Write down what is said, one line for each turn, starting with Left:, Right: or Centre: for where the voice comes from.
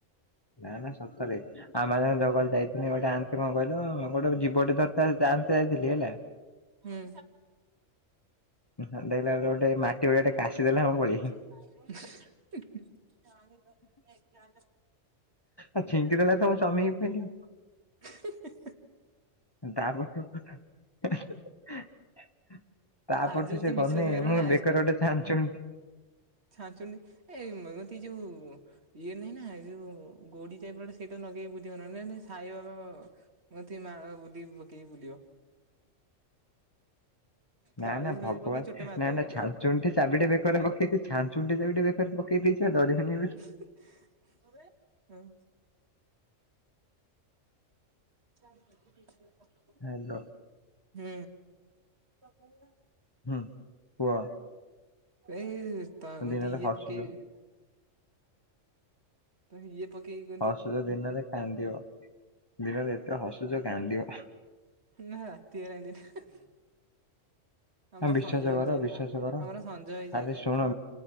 Left: ନା-ନା ସତରେ। ଆମାଜନ ଜଙ୍ଗଲ ଯାଇଥିଲି ଗୋଟେ ଆଣିଥିଲି କଣ କହିଲ ଗୋଟେ ଜୀବଟେ ଧରି ତା ସହିତ ଯାଇଥିଲି ହେଲା।
Right: ହୁଁ।
Left: ଭଲ ଲାଗିଲା ଗୋଟେ ମାଟି ଘୋଡାଟେ କାସି ଦେଲା ମୁଁ ପଳେଇ ଆଇଲି।
Right: <unintelligible>
Left: ଆଉ ଛିଙ୍କି ଦେଲା ତ ମୁଁ ଚମିକି ପଇଲି।
Right: ହିଁ ହିଁ
Left: <unintelligible> ତା ପରଠୁ
Right: ଆଜିରେ ତମେ
Left: ସେ
Right: ବିଶ୍ଵାସ
Left: ଗଲେ
Right: କରିବନି
Left: ମୁଁ ବେକରେ ଗୋଟେ ଛାଞ୍ଚୁଣି।
Right: ଛାଞ୍ଚୁଣି ଏଇ ମତେ ଯୋଉ ଇଏ ନାହିଁ ନା ଏଇ ଯୋଉ ଗୋଡି ଟାଇପରଟେ ସେଇଟା ଲଗେଇକି ବୁଲିବ ନହେଲେ ସାଇବାବା ମୋତି ମାଳ ବୁଲି ପକେଇି ବୁଲିବ।
Left: ନା
Right: କାଳି
Left: ନା
Right: ଫାଳି
Left: ଭଗବାନ
Right: ପକେଇ ଚୋଟ ମାରିଦେବେ
Left: ନା ନା
Right: କେତେବେଳେ
Left: ଛାଞ୍ଚୁଣିଟେ ଚାବିଟେ ବେ ବେକରେ ପକେଇ ଛାଞ୍ଚୁଣି ଗୋଟେ ବେକରେ ପକେଇ ଦେଇଛି ଡରିବିନି ବୋଲି।
Right: ହିଁ ମୁଁବେ ହଁ। <unintelligible>
Left: ହାଲୋ।
Right: ହୁଁ। ପକେଇବୁ ନା।
Left: ହୁଁ କୁହ।
Right: ଏଇ ତା କତି
Left: ଦିନରେ
Right: ଇଏ
Left: ହସୁଛ
Right: ପକେଇବି। ତ ଇଏ ପକେଇ ଗ
Left: ହସୁଛ ଦିନରେ କାନ୍ଦିବ ଦିନରେ ଏତେ ହସୁଛ କାନ୍ଦିବ ହଁ
Right: ନାଁ ରାତିରେ କାନ୍ଦିବି ହାଁ ଆମର
Left: ହଁ ବିଶ୍ଵାସ
Right: ସଞ୍ଜ ହେଇଛି
Left: କର
Right: ଏଇନା--ଆମର
Left: ବିଶ୍ଵାସ କର
Right: ସଞ୍ଜ ହେଇଛି
Left: ଆରେ
Right: ଏଇନା।
Left: ଶୁଣ